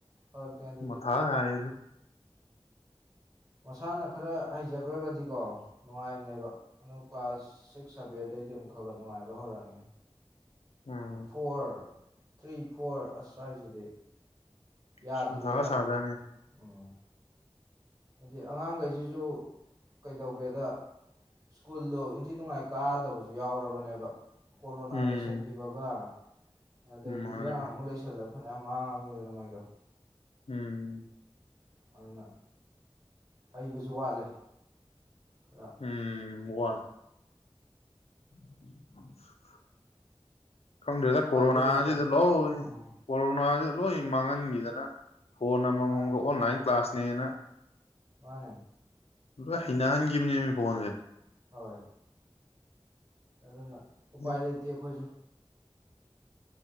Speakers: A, on the right (about 35°); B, on the left (about 80°).
A: ꯐꯔꯛꯅꯦ ꯑꯗꯨꯗꯤ
B: ꯃꯊꯥ ꯍꯥꯏ
A: ꯃꯁꯥꯅ ꯈꯔ ꯍꯩꯖꯈ꯭ꯔꯒꯗꯤꯀꯣ ꯅꯨꯡꯉꯥꯏꯕꯅꯦꯕ ꯑꯗꯨ ꯀ꯭ꯂꯥꯁ ꯁꯤꯛꯁ ꯁꯚꯦꯟꯗꯩꯗꯤ ꯑꯃꯨꯛ ꯈꯔ ꯈꯔ ꯅꯨꯡꯉꯥꯏꯕ ꯍꯧꯔꯅꯤ
B: ꯎꯝ
A: ꯑꯗꯨ ꯐꯣꯔ ꯊ꯭ꯔꯤ ꯐꯣꯔ ꯑꯁ꯭ꯋꯥꯏꯁꯤꯗꯤ ꯌꯥꯗ꯭ꯔꯤ
B: ꯑꯁ ꯃꯊꯥꯒ
A: ꯍꯥꯏꯇꯥꯔꯦ
B: ꯁꯥꯖꯥꯠꯅꯦ
A: ꯎꯝ ꯍꯥꯏꯗꯤ ꯑꯉꯥꯡꯈꯩꯁꯤꯁꯨ ꯀꯩꯗꯧꯒꯦꯗ ꯁ꯭ꯀꯨꯜꯗꯣ ꯏꯟꯊꯤ ꯅꯨꯡꯉꯥꯏ ꯀꯥꯗꯕꯁꯨ ꯌꯥꯎꯔꯕꯅꯦꯕ ꯀꯣꯔꯣꯅꯥ
B: ꯎꯝ
A: ꯂꯩꯁꯤꯟꯈꯤꯕꯒ ꯑꯗꯩꯗꯤ
B: ꯃꯥꯅꯦ
A: ꯏꯔꯥꯡ
B: ꯃꯥꯅꯦ
A: ꯑꯃ ꯂꯩꯁꯜꯂꯞ ꯐꯅ ꯃꯥꯡꯉꯅꯤꯗꯅ ꯃꯣꯏꯗꯣ
B: ꯎꯝ
A: ꯑꯗꯨꯅ ꯍꯩꯕꯁꯨ ꯋꯥꯠꯂꯦ ꯈꯔ
B: ꯎꯝ ꯋꯥꯅ <unintelligible> ꯈꯪꯗ꯭ꯔꯦꯗ
A: ꯎꯄꯥꯏꯗꯤ
B: ꯀꯣꯔꯣꯅꯥꯖꯤꯗ
A: ꯂꯩꯇꯕ
B: ꯂꯧ
A: ꯎꯝ
B: ꯀꯣꯔꯣꯅꯥꯁꯤ ꯂꯣꯏ ꯃꯥꯡꯍꯟꯒꯤꯗꯅ ꯐꯣꯟ ꯑꯃꯃꯝꯒ
A: ꯃꯥꯅꯦ
B: ꯑꯣꯟꯂꯥꯏꯟ ꯀ꯭ꯂꯥꯁ ꯅꯦꯅ
A: ꯃꯥꯅꯦ
B: ꯂꯣꯢ ꯍꯩꯅꯍꯟꯒꯤꯕꯅꯤꯃꯤ ꯐꯣꯟꯖꯦ
A: ꯍꯣꯏ ꯑꯗꯨꯅ ꯎꯄꯥꯢ
B: ꯎꯝ,
A: ꯂꯩꯇꯦ ꯑꯈꯣꯏꯖꯨ